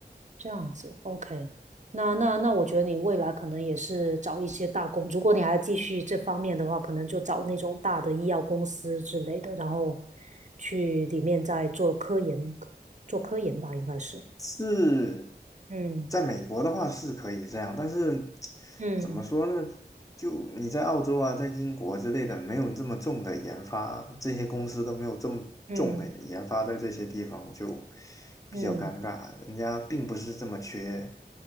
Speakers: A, on the right; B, on the left.
A: 这样子，OK。那那那，我觉得你未来可能也是找一些大公，如果你还继续这方面的话，可能就找那种大的医药公司之类的，然后去里面再做科研，做科研吧，应该是。
B: 是
A: 嗯
B: 在美国的话是可以这样，但是
A: 嗯
B: 怎么说呢？就你在澳洲啊，在英国之类的，没有这么重的研发，这些公司都没有这么重的研发在这些地方，
A: 嗯
B: 就比较尴尬。
A: 嗯
B: 人家并不是这么缺，